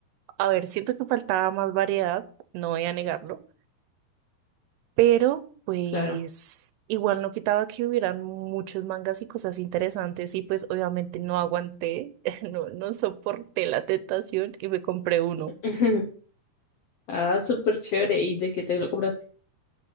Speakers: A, on the right; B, on the left.
A: a ver, siento que faltaba más variedad, no voy a negarlo, pero pues
B: Claro.
A: igual no quitaba que hubieran muchos mangas y cosas interesantes y pues obviamente no aguanté, <laughs> no, no soporté la tentación y me compré uno.
B: <laughs> Ah, súper chévere. ¿Y de qué te lo compraste?